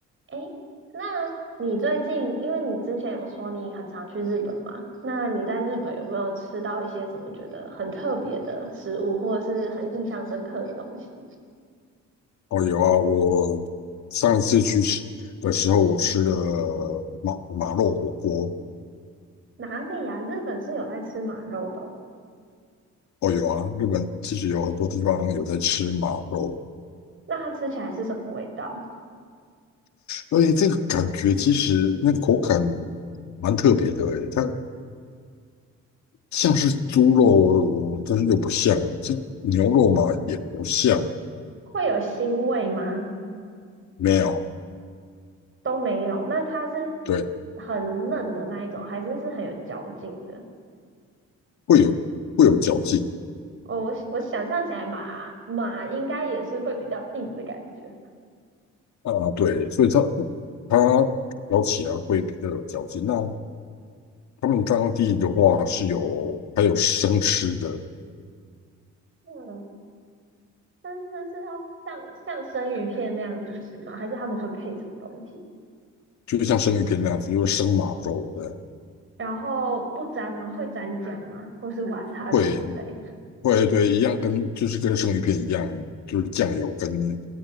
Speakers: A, on the right; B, on the left.
A: 诶，那你最近，因为你之前有说你很常去日本嘛，那你在日本有没有吃到一些什么觉得很特别的食物，或者是很印象深刻的东西？
B: 哦，有啊，我上次去吃的时候，我吃了马马肉火锅。
A: 哪里呀、日本是有在吃马肉的哦
B: 哦，有啊，日本其实有很多地方有在吃马肉，
A: 那它吃起来是什么味道？
B: 所以这个感觉其实那个口感蛮特别的诶，它像是猪肉，但是又不像；像牛肉嘛，也不像，
A: 会有腥味吗？
B: 没有，
A: 都没有。那它是
B: 对，
A: 很嫩的那一种，还是是很有嚼劲的？
B: 会有会有嚼劲
A: 哦，我想我想象起来马马应该也是会比较硬的感觉。
B: 啊，对，所以它它咬起来会比较有嚼劲。那他们当地的话是有还有生吃的，
A: 嗯。生吃是要像像生鱼片那样子吃吗？还是他们会配什么东西？
B: 就像生鱼片那样子，就是生马肉对，
A: 然后不沾吗？会沾酱吗？或是 wasabi
B: 会
A: 之类？
B: 会对，一样跟就是跟生鱼片一样，就是酱油跟